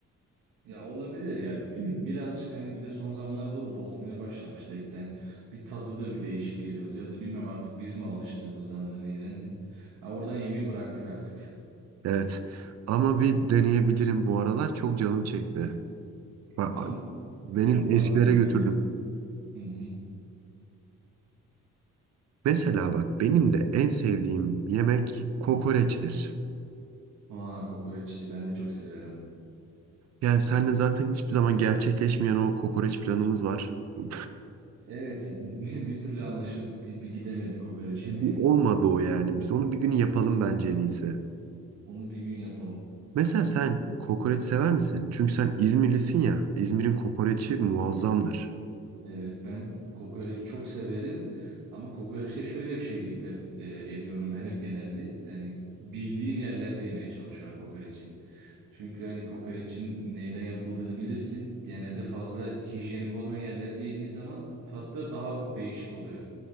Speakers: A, on the right; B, on the right.
A: Ya olabilir yani. <clears throat> Birazcık hani bir de son zamanlara doğru bozmaya başlamıştı hepten. Bir tadı da bir değişik geliyordu ya da bilmem artık biz mi alıştığımızdan da neydendi. Ha, oradan yemeği bıraktık artık.
B: Evet. Ama
A: <laughs>
B: bir deneyebilirim bu aralar. Çok canım çekti.
A: Bu
B: Ba- Beni
A: bu
B: eskilere
A: arada bir
B: götürdüm.
A: deneyelim. Hı hı.
B: Mesela bak benim de en sevdiğim yemek kokoreçtir.
A: Aa, kokoreç işte ben de çok severim.
B: Yani seninle zaten hiçbir zaman gerçekleşmeyen o kokoreç planımız var. <laughs>
A: Evet yani <laughs> bir, bir türlü anlaşıp bir, bir gidemedik kokoreç
B: Bir
A: yemeye.
B: olmadı o yani. Biz onu bir gün yapalım bence en iyisi.
A: Onu bir gün yapalım.
B: Mesela sen kokoreç sever misin? Çünkü sen İzmirlisin ya. İzmir'in kokoreçi muazzamdır.
A: Evet ben kokoreç çok severim ama kokoreçte şöyle bir şey dikkat e, ediyorum ben hep genelde. Yani bildiğim yerlerde yemeye çalışıyorum kokoreçi. Çünkü hani kokoreçin neyden yapıldığını bilirsin. Genelde fazla hijyenik olmayan yerlerde yediğin zaman tadı da daha değişik oluyor.